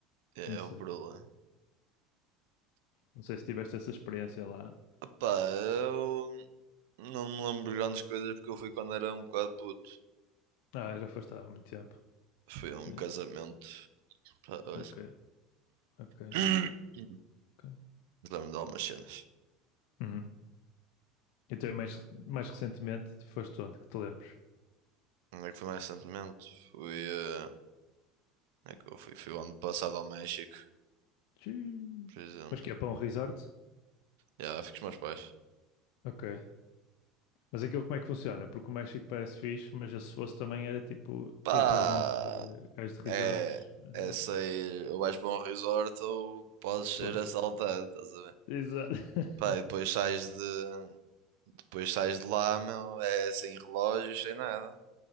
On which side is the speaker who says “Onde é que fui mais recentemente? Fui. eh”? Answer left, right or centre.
Right